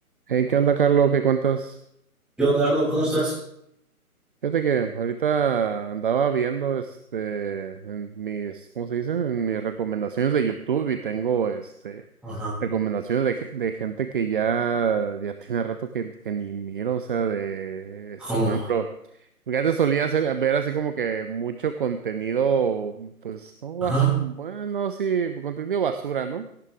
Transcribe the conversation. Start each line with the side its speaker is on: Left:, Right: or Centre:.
Right: Hey, ¿qué onda, Carlos? ¿Qué cuentas?
Centre: ¿Qué onda, Arnold? ¿Cómo estás?
Right: Fíjate que ahorita andaba viendo este en mis, ¿cómo se dice? En mis recomendaciones de YouTube y tengo este
Centre: Ajá.
Right: recomendaciones de, ge- de gente que ya, ya tiene rato que, que ni miro, o sea, de este,
Centre: ¿Cómo?
Right: por ejemplo, porque antes solía hacer, ver así como que mucho contenido, pues, no basura,
Centre: Ajá.
Right: bueno, sí, contenido basura, ¿no?